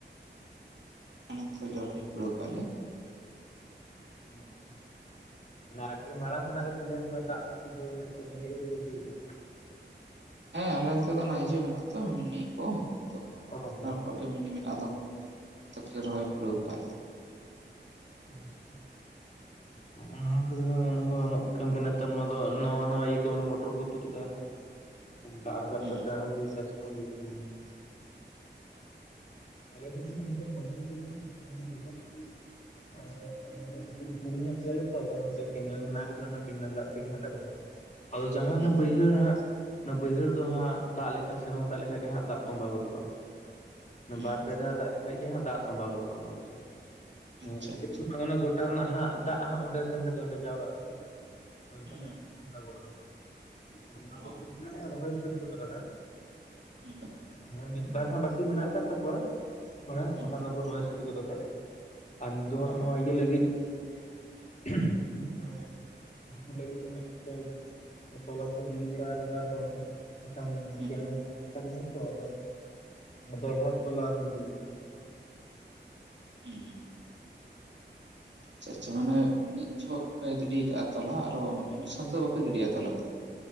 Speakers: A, on the right; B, on the left.
A: ᱾ ᱟᱞᱮ ᱚᱱᱛᱮ ᱫᱚᱞᱮ ᱨᱚᱦᱚᱭ ᱯᱩᱨᱟᱹᱣ ᱠᱟᱜ-ᱟ ᱞᱮ ᱾
B: ᱦᱳᱭ ᱛᱚ ᱾ <unintelligible> ᱟᱨᱠᱤ ᱢᱟᱲᱟᱝ ᱠᱷᱚᱱᱟᱜ ᱜᱮ ᱛᱟᱦᱞᱮ ᱚᱱᱠᱟ ᱫᱟᱜ ᱠᱚᱫᱚ ᱥᱮᱨᱢᱟ ᱡᱟᱹᱲᱤ ᱠᱚᱫᱚ ᱦᱩᱭ ᱠᱟᱱ ᱛᱟᱦᱮᱸᱜ ᱾
A: ᱦᱮᱸ ᱟᱞᱮ ᱱᱚᱛᱮ ᱫᱚ ᱚᱱᱟ ᱤᱭᱟᱹ ᱢᱮᱱᱟᱜ-ᱟ ᱛᱚ ᱢᱤᱱᱤ ᱠᱚ ᱟᱫᱚ
B: ᱚᱱᱟ
A: ᱟᱯᱱᱟᱨ
B: ᱦᱚᱸ ᱟᱪᱪᱷᱟ
A: ᱠᱚᱣᱟᱜ ᱢᱤᱱᱤ ᱢᱮᱱᱟᱜ-ᱟ ᱟᱫᱚ ᱚᱱᱟ <unintelligible> ᱛᱮ ᱫᱚᱞᱮ ᱨᱚᱦᱚᱭ ᱯᱩᱨᱟᱹᱣ ᱠᱟᱜ-ᱟ ᱟᱞᱮ ᱫᱚ ᱾
B: ᱟᱪᱪᱷᱟ ᱾ ᱚᱱᱟ ᱠᱚᱫᱚ ᱚᱱᱟ ᱦᱚᱸ ᱜᱟᱱᱚᱜ ᱠᱟᱱ ᱜᱮ ᱱᱮᱛᱟᱨ ᱢᱟ ᱟᱫᱚ ᱱᱟᱣᱟ ᱱᱟᱣᱟ ᱤᱭᱟᱹ ᱠᱚ ᱢᱚᱴᱚᱨ ᱠᱚ ᱛᱩᱫ ᱠᱟᱜ-ᱟ ᱦᱟᱸᱜ ᱾ ᱫᱟᱜ ᱨᱟᱠᱟᱵ
A: ᱦᱩᱸ
B: ᱠᱟᱛᱮᱜ ᱦᱩᱲᱩ ᱪᱟᱥ ᱠᱚᱦᱚᱸ ᱦᱩᱭᱩᱜ ᱠᱟᱱᱟ ᱾ ᱟᱞᱮ ᱥᱮᱫ ᱫᱚ ᱦᱟᱸᱜ ᱚᱱᱠᱟ ᱫᱚ ᱵᱟᱝ <unintelligible> ᱛᱚᱵᱮ ᱦᱟᱸᱜ ᱢᱟᱱᱮ <unintelligible> ᱟᱫᱚ ᱟᱞᱮ ᱫᱚ ᱠᱟᱹᱴᱤᱡ ᱡᱷᱟᱹᱞ ᱧᱚᱜ ᱜᱮᱭᱟᱞᱮ ᱛᱚ ᱟᱫᱚ ᱚᱱᱟᱛᱮ ᱠᱮᱱᱮᱞ ᱢᱮᱱᱟᱜ ᱟᱠᱟᱫᱟ ᱚᱱᱟ ᱠᱮᱱᱮᱞ ᱫᱟᱜ ᱛᱮᱜᱮ ᱦᱟᱸᱜ ᱞᱮ ᱨᱚᱦᱚᱭᱟ ᱾ ᱟᱫᱚ ᱡᱟᱦᱟᱸ ᱦᱟᱱᱟ
A: ᱦᱩᱸ
B: ᱵᱟᱹᱭᱦᱟᱹᱲ ᱦᱟᱸᱜ ᱚᱱᱟ ᱵᱟᱹᱭᱦᱟᱹᱲ ᱫᱚ ᱦᱟᱸᱜ ᱫᱟᱜ ᱞᱮᱠᱷᱟᱡ ᱥᱮᱨᱢᱟ ᱫᱟᱜ ᱞᱮᱠᱷᱟᱡ ᱜᱮ ᱦᱟᱸᱜ ᱫᱟᱜ ᱛᱚᱸᱵᱟ ᱜᱚᱫᱚᱜ-ᱟ ᱾
A: ᱦᱩᱸ
B: ᱵᱟᱨ ᱯᱮ ᱫᱷᱟᱣ ᱫᱟᱜ ᱞᱮᱠᱷᱟᱡ ᱜᱮ ᱦᱟᱸᱜ ᱫᱟᱜ ᱛᱚᱸᱵᱟ ᱜᱚᱫᱚᱜ-ᱟ ᱚᱱᱟ ᱠᱚᱫᱚ ᱦᱮᱸ <unintelligible>
A: ᱟᱪᱪᱷᱟ ᱟᱪᱪᱷᱟ
B: ᱟᱫᱚ ᱚᱱᱟ ᱜᱚᱴᱟ ᱨᱮᱱᱟᱜ ᱦᱟᱸᱜ ᱫᱟᱜ ᱦᱟᱸᱜ ᱚᱸᱰᱮ ᱥᱮᱱ ᱠᱟᱛᱮ ᱚᱸᱰᱮ ᱡᱟᱣᱨᱟᱜ ᱟᱥᱮ ᱢᱮᱱᱛᱮ
A: ᱦᱩᱸ
B: ᱦᱟᱸᱜ
A: ᱦᱩᱸ
B: ᱫᱟᱜᱚᱜ-ᱟ ᱚᱱᱟ ᱠᱚᱫᱚ, ᱟᱫᱚ ᱚᱱᱟ ᱠᱚᱨᱮ
A: ᱚ
B: ᱫᱚᱞᱮ ᱨᱚᱦᱚᱭ ᱥᱟᱹᱛ ᱜᱚᱫ ᱟᱠᱟᱫᱟ ᱾
A: ᱦᱩᱸ ᱾
B: ᱦᱮᱸ ᱢᱤᱫᱵᱟᱨ ᱦᱟᱸᱜ ᱵᱟᱹᱠᱤ ᱢᱮᱱᱟᱜ ᱟᱠᱟᱫ ᱛᱟᱠᱚᱣᱟ ᱦᱚᱲᱟᱜ
A: ᱦᱩᱸ
B: ᱵᱟᱠᱷᱟᱱ ᱫᱚᱠᱚ ᱨᱚᱦᱚᱭ ᱥᱟᱹᱛ ᱜᱟᱫ ᱟᱠᱟᱫ ᱞᱮᱠᱟ ᱾ ᱟᱨ ᱱᱤᱛ ᱫᱚ ᱦᱟᱸᱜ
A: ᱚ
B: ᱱᱚᱣᱟ ᱤᱭᱟᱹ ᱞᱟᱹᱜᱤᱫ <inaudible> ᱜᱷᱩᱴᱩ ᱞᱟᱹᱜᱤᱫ ᱛᱮ ᱦᱟᱸᱜ ᱠᱚ ᱛᱚᱞᱟ ᱠᱚ ᱜᱤᱰᱤ ᱵᱟᱲᱟ ᱟᱠᱟᱫᱟ ᱟᱨ ᱫᱚᱦᱲᱟ᱾ ᱮᱠᱷᱟᱱ
A: ᱦᱩᱸ
B: ᱠᱮᱱᱮᱞ ᱫᱟᱜ ᱟᱛᱮ ᱨᱚᱦᱚᱭ ᱛᱚ ᱟᱫᱚ ᱫᱚᱲᱦᱟ ᱛᱚᱞᱟ ᱠᱚ ᱜᱤᱲᱤᱭᱮᱜ-ᱟ ᱦᱟᱸᱜ ᱾ <inaudible>
A: ᱦᱩᱸ ᱦᱩᱸ ᱟᱪᱪᱷᱟ ᱟᱪᱪᱷᱟ ᱢᱟᱱᱮ ᱢᱤᱫ ᱡᱚᱦᱚᱜ ᱯᱮ ᱜᱤᱰᱤ ᱟᱠᱟᱜ-ᱟ ᱛᱚᱞᱟ ᱟᱨᱦᱚᱸ ᱢᱟᱱᱮ ᱢᱤᱫ ᱥᱟᱶᱛᱮ ᱫᱚ ᱵᱟᱯᱮ ᱜᱤᱰᱤᱭᱟ ᱛᱚᱞᱟ ᱠᱚᱫᱚ?